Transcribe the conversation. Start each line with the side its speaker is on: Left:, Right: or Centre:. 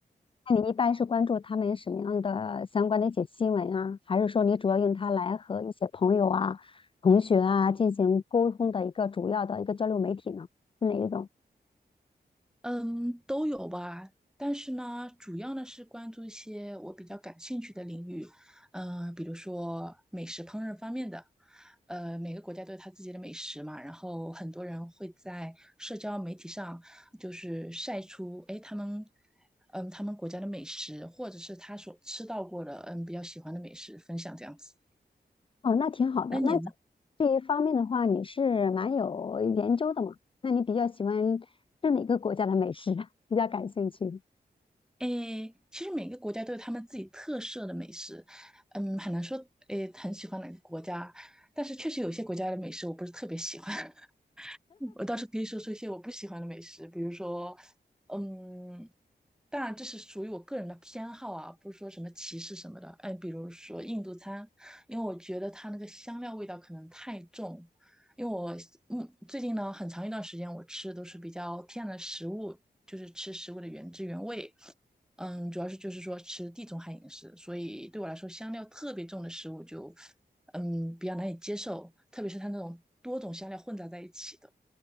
Left: 那你一般是关注他们什么样的相关的一些新闻啊？还是说你主要用它来和一些朋友啊、同学啊进行沟通的一个主要的一个交流媒体呢？是哪一种？
Centre: 嗯，都有吧，但是呢，主要呢是关注一些我比较感兴趣的领域，嗯、比如说美食烹饪方面的，呃，每个国家都有它自己的美食嘛，然后很多人会在社交媒体上就是晒出，哎，他们，嗯，他们国家的美食，或者是他所吃到过的，嗯，比较喜欢的美食分享这样子。
Left: 哦，那挺好的。
Centre: 那你呢？
Left: 那在这一方面的话，你是蛮有研究的嘛？那你比较喜欢是哪个国家的美食？<laughs> 比较感兴趣？
Centre: 诶，其实每个国家都有他们自己特色的美食，嗯，很难说诶很喜欢哪个国家，但是确实有些国家的美食我不是特别喜欢。我倒是可以说说一些我不喜欢的美食，比如说，嗯，当然这是属于我个人的偏好啊，不是说什么歧视什么的。嗯，比如说印度餐，因为我觉得它那个香料味道可能太重。因为我嗯最近呢很长一段时间我吃的都是比较天然的食物，就是吃食物的原汁原味。嗯，主要是就是说吃地中海饮食，所以对我来说香料特别重的食物就嗯比较难以接受，特别是它那种多种香料混杂在一起的。